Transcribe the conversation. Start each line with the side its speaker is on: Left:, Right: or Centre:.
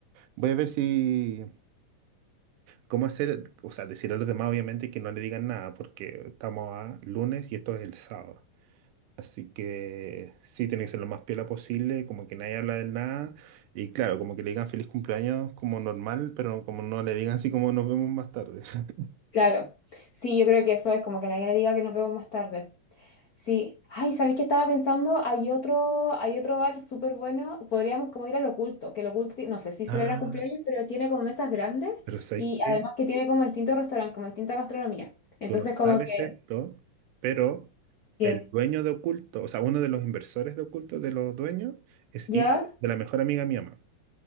Right: voy a ver si, cómo hacer, o sea, decirle a los demás obviamente que no le digan nada porque estamos a lunes y esto es el sábado. Así que sí, tiene que ser lo más piola posible, como que nadie habla del nada. Y claro, como que le digan feliz cumpleaños como normal, pero como no le digan así como nos vemos más tarde. <laughs>
Left: Claro, sí, yo creo que eso es como que nadie le diga que nos vemos más tarde. Sí. Ay, ¿sabéis que estaba pensando? Hay otro, hay otro bar súper bueno. Podríamos como ir al Oculto, que el Oculto, ti- no sé si celebra
Right: Ah,
Left: cumpleaños, pero tiene como mesas grandes
Right: Pero ¿sabes
Left: y
Right: qué?
Left: además que tiene como distintos restaurantes, como distinta gastronomía. Entonces
Right: Tú no sabes
Left: como que,
Right: esto, pero
Left: ¿qué?
Right: el dueño de Oculto, o sea, uno de los inversores de Oculto, de los dueños, es
Left: ¿Ya?
Right: hijo de la mejor amiga de mi mamá.